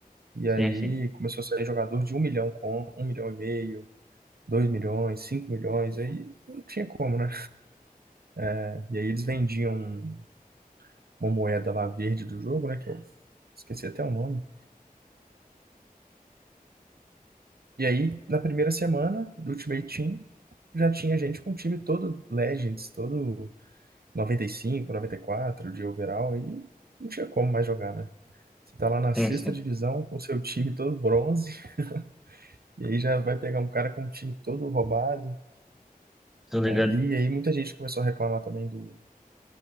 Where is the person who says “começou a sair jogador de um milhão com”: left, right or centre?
Right